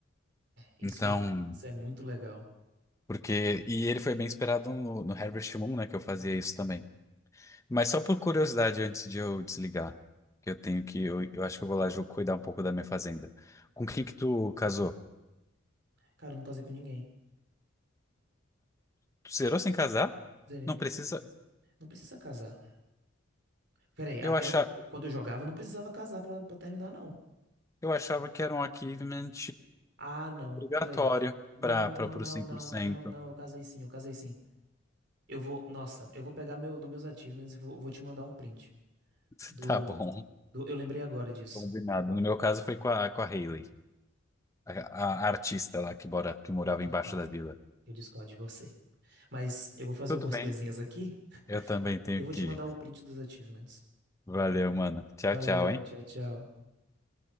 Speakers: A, on the right; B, on the left.
A: Isso,
B: Então,
A: isso é muito legal.
B: porque. E ele foi bem inspirado no, no Harvest Moon, né? Que eu fazia isso também. Mas só por curiosidade, antes de eu desligar, que eu tenho que. Eu, eu acho que eu vou lá jo- cuidar um pouco da minha fazenda. Com quem que tu casou?
A: Cara, eu não casei com ninguém.
B: Tu zerou sem casar?
A: Zerei
B: Não
A: me-
B: precisa.
A: Não precisa casar. Peraí, até
B: Eu achava,
A: o- quando eu jogava, eu não precisava casar pra, pra terminar, não.
B: eu achava que era um achievement
A: Ah, não.
B: obrigatório
A: Peraí. Não,
B: para
A: não,
B: para
A: não,
B: os cem
A: não,
B: por cento
A: não, não. Eu casei sim, eu casei sim. Eu vou, nossa, eu vou pegar meu, nos meus achievements e vou, vou te mandar um print
B: <laughs>
A: do,
B: Tá bom.
A: do. Eu lembrei agora disso.
B: Combinado. No meu caso foi com a, com a Hayley, a, a artista lá que, mora, que morava
A: Eu discordo.
B: embaixo da vila.
A: Eu discordo de você. Mas eu vou fazer
B: Tudo
A: algumas
B: bem.
A: coisinhas aqui
B: Eu também tenho
A: e eu vou
B: que.
A: te mandar o print dos achievements.
B: Valeu, mano. Tchau,
A: Valeu,
B: tchau, hein?
A: tchau, tchau.